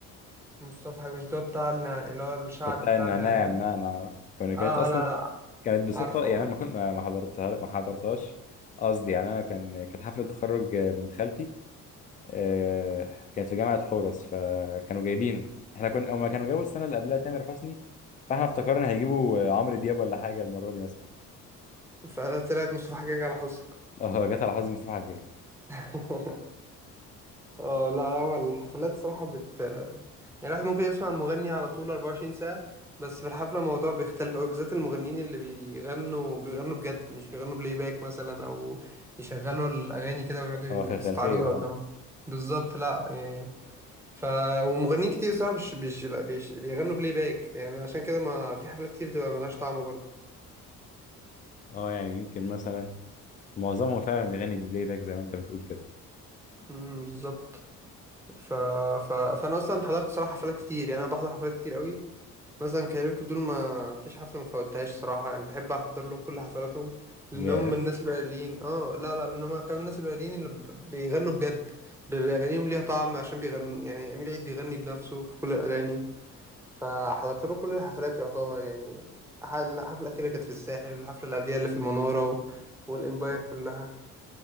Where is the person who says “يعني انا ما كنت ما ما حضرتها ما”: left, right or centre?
Left